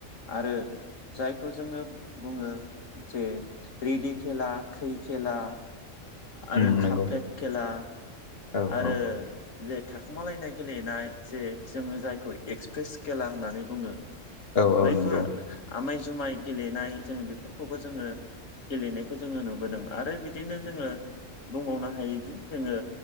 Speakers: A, on the left; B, on the left.
A: आरो जायखौ जोङो बुङो जे रेदि खेला खै खेला आरो
B: उम
A: काप
B: नंगौ
A: फ्लेट खेला
B: औ
A: आरो
B: औ
A: जे थाखोमालायनाय गेलेनाय जे जोङो जायखौ एक्सप्रेस खेला होननानै बुङो।
B: औ औ
A: बैफोर
B: नंगौ
A: आमाय जुमाय गेलेनाय जोङो बेफोरखौबो जोङो गेलेनायखौ जोङो नुबोदों आरो बि दिनो जोङो
B: नंगौ नोंथां
A: बुंबावनो हायोदि जोङो